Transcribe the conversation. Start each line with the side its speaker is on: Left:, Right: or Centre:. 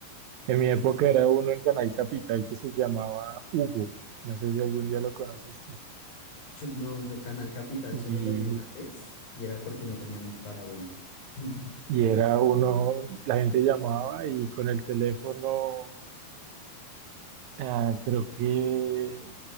Right: En mi época
Left: Sí,
Right: era uno en Canal Capital que se llamaba Hugo, no sé si algún día lo conociste,
Left: yo, no, yo Canal Capital
Right: y,
Left: solo lo vi una vez y era porque no teníamos parabólica. <laughs>
Right: y era uno, la gente llamaba y con el teléfono, ah, creo que